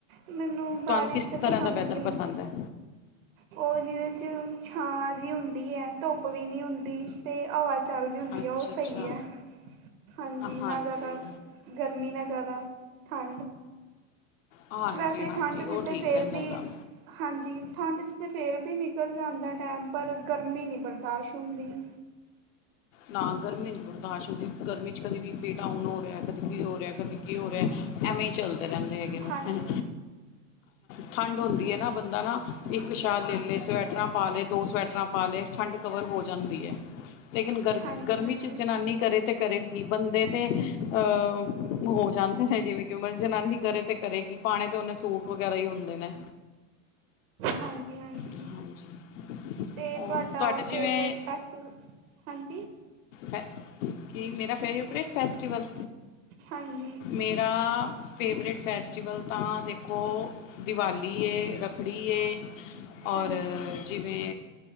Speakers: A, on the right; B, on the left.
A: ਮੈਨੂੰ ਬਾਰਿਸ਼
B: ਤੁਹਾਨੂੰ ਕਿਸ
A: ਤਾਂ
B: ਤਰ੍ਹਾਂ
A: ਪਸੰਦ
B: ਦਾ ਵੈਦਰ
A: ਨਹੀਂ
B: ਪਸੰਦ ਐ?
A: ਉਹ ਜਿਹਦੇ ਚ ਛਾਂ ਜੀ ਹੁੰਦੀ ਐ ਧੁੱਪ ਵੀ ਨਹੀਂ ਹੁੰਦੀ ਤੇ ਚੱਲ ਰਈ ਹੁੰਦੀ
B: ਅੱਛਾ-ਅੱਛਾ,
A: ਐ ਉਹ ਸਹੀ ਐ। ਹਾਂਜੀ ਨਾ
B: ਹਾਂਜੀ।
A: ਜ਼ਿਆਦਾ ਗਰਮੀ ਨਾ ਜ਼ਿਆਦਾ ਠੰਡ
B: ਹਾਂਜੀ-ਹਾਂਜੀ,
A: ਵੈਸੇ ਠੰਢ
B: ਉਹ
A: ਚ ਤੇ
B: ਠੀਕ
A: ਫੇਰ
B: ਰਹਿੰਦਾ
A: ਵੀ
B: ਹੈਗਾ।
A: ਹਾਂਜੀ ਠੰਡ 'ਚ ਤਾਂ ਫੇਰ ਵੀ ਨਿਕਲ ਜਾਂਦਾ ਟੈਮ ਪਰ ਗਰਮੀ ਨਹੀਂ ਬਰਦਾਸ਼ਤ ਹੁੰਦੀ।
B: ਨਾ ਗਰਮੀ ਨਹੀਂ ਬਰਦਾਸ਼ ਹੁੰਦੀ ਗਰਮੀ ਚ ਕਦੇ ਵੀ ਬੀ ਪੀ ਡਾਊਨ ਹੋ ਰਿਹਾ, ਕਦੀ ਕੀ ਹੋ ਰਿਹਾ, ਕਦੀ ਕੀ ਹੋ ਰਿਹਾ ਐਵੇਂ ਹੀ ਚੱਲਦੇ ਰਹਿੰਦੇ ਹੈਗੇ ਨੇ
A: ਹਾਂਜੀ
B: ਠੰਡ ਹੁੰਦੀ ਐ ਨਾ ਬੰਦਾ ਨਾ ਇੱਕ ਸ਼ਾਲ ਲੈ ਲੈ ਸਵੈਟਰਾਂ ਪਾ ਲਏ ਦੋ ਸਵੈਟਰਾਂ ਪਾ ਲਏ ਠੰਡ ਕਵਰ ਹੋ ਜਾਂਦੀ ਐ ਲੇਕਿਨ ਗਰ
A: ਹਾਂਜੀ
B: ਗਰਮੀ
A: ਹਾਂਜੀ
B: ਚ ਜਨਾਨੀ ਕਰੇ ਤੇ ਕਰੇ ਵੀ ਕੀ ਬੰਦੇ ਤੇ ਅਹ ਹੋ ਜਾਂਦੇ ਨੇ ਜਿਵੇਂ ਕਿ ਉਮਰ ਜਨਾਨੀ ਕਰੇ ਤੇ ਕਰੇ ਕੀ ਪਾਣੇ ਤੇ ਉਹਨੇ ਸੂਟ ਵਗੈਰਾ ਈ ਹੁੰਦੇ ਨੇ
A: ਹਾਂਜੀ-ਹਾਂਜੀ
B: ਹਾਂਜੀ
A: ਤੇ
B: ਹੋਰ
A: ਤੁਹਾਡਾ
B: ਤੁਹਾਡੇ
A: ਫੇਵਟ
B: ਜਿਵੇਂ
A: ਫੈਸਟੀਵਲ ਹਾਂਜੀ।
B: ਹੈ ਕੀ ਮੇਰਾ ਫੇਵਰੇਟ ਫੈਸਟੀਵਲ
A: ਹਾਂਜੀ
B: ਮੇਰਾ ਫੇਵਰੇਟ ਫੈਸਟੀਵਲ ਤਾਂ ਦੇਖੋ ਦੀਵਾਲੀ ਏ ਰੱਖੜੀ ਏ ਔਰ
A: ਹਾਂਜੀ
B: ਜਿਵੇਂ